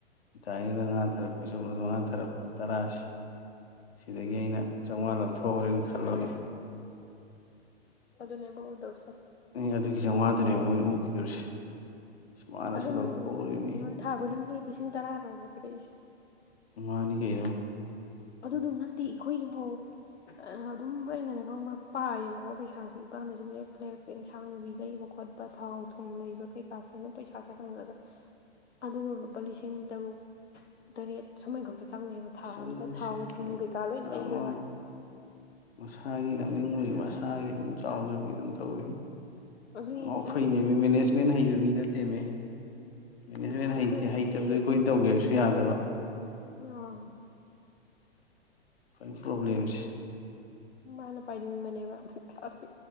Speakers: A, on the left; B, on the left.
A: ꯏꯇꯥꯏꯅꯤꯗ ꯉꯥꯛꯄ ꯆꯗꯣꯥꯔꯛꯄ ꯂꯣ ꯇꯔꯥꯁꯤ ꯁꯤꯗꯒꯤ ꯑꯩꯅ ꯆꯥꯝꯃꯉꯥ ꯂꯧꯊꯣꯛꯎꯔꯦꯅ ꯈꯜꯂꯣꯅꯦ
B: ꯑꯗꯨ ꯑꯗꯨꯅꯦ ꯣꯗꯧꯔꯁꯦ
A: ꯑꯩ ꯑꯗꯨꯒꯤ ꯆꯥꯝꯃꯉꯥꯗꯨꯅꯦ ꯃꯣꯏ ꯎꯈꯤꯗꯣꯔꯤꯁꯦ ꯁꯨꯃꯅꯁꯨ
B: ꯑꯗꯨꯅ
A: ꯂꯧꯊꯣꯛꯎꯔꯤ ꯃꯤ
B: ꯎꯝ ꯊꯥ ꯈꯨꯗꯤꯡꯒꯤ ꯂꯤꯁꯤꯡ ꯇꯔꯥꯔꯣꯕ ꯄꯤꯔꯛꯏꯁꯦ
A: ꯃꯃꯥꯅꯤ ꯀꯩꯅꯣ
B: ꯑꯗꯨꯗꯨ ꯅꯠꯇꯦ ꯑꯩꯈꯣꯏꯒꯤꯐꯥꯎ ꯑꯗꯨꯝ ꯑꯩꯅꯅꯦ ꯈꯪꯕ ꯄꯥꯏꯌꯦꯕꯀꯣ ꯄꯩꯁꯥꯁꯦ ꯏꯄꯥꯅꯁꯨ ꯂꯩꯔꯛꯄ ꯂꯩꯔꯛꯄ ꯏꯟꯁꯥꯡ ꯅꯨꯕꯤ ꯂꯩꯕ ꯈꯣꯠꯄ ꯄꯊꯥꯎ ꯊꯨꯝ ꯂꯩꯕ ꯀꯩꯀꯥꯁꯦꯅ ꯄꯩꯁꯥꯁꯦ ꯍꯪꯉꯒ ꯑꯗꯨꯗꯣ ꯂꯨꯄꯥ ꯂꯤꯁꯤꯡ ꯇꯔꯨꯛ ꯇꯔꯦꯠ ꯁꯨꯃꯥꯏ ꯈꯛꯇ ꯆꯪꯉꯦꯕꯣ ꯊꯥ
A: ꯑꯁ ꯆꯪꯗꯣꯔꯤꯁꯦ
B: ꯑꯝꯇ ꯊꯥꯎ ꯊꯨꯝ
A: ꯑꯗꯨ
B: ꯀꯩꯀꯥ ꯂꯣꯏ
A: ꯑꯃ
B: ꯂꯩꯔꯒ
A: ꯃꯁꯥꯒꯤ ꯅꯝꯅꯤꯡꯕꯒꯤ ꯃꯁꯥꯒꯤ ꯑꯗꯨꯝ ꯆꯥꯎꯖꯕꯒꯤ ꯑꯗꯨꯝ ꯇꯧꯔꯤ
B: ꯑꯗꯨꯒꯤ
A: ꯅꯣ
B: ꯉꯁꯥꯏ
A: ꯐꯩꯅꯦ
B: ꯑꯩꯈꯣꯏ
A: ꯃꯦꯅꯦꯖ ꯃꯦꯟ ꯍꯩꯕ ꯃꯤ ꯅꯠꯇꯦꯃꯦ ꯃꯦꯅꯦꯖꯃꯦꯟ
B: ꯑꯩꯈꯣꯏꯒꯤꯗꯤ
A: ꯍꯩꯇꯦ ꯍꯩꯇꯕꯗꯣ ꯑꯩꯈꯣꯏꯅ ꯇꯧꯒꯦꯕꯁꯨ ꯌꯥꯗꯕ
B: ꯑꯣ
A: ꯈ꯭ꯋꯥꯏ ꯄ꯭ꯔꯣꯕ꯭ꯂꯦꯝꯁꯦ
B: ꯃꯥꯅ ꯄꯥꯏꯅꯤꯡꯕꯅꯦꯕꯊꯥꯁꯦ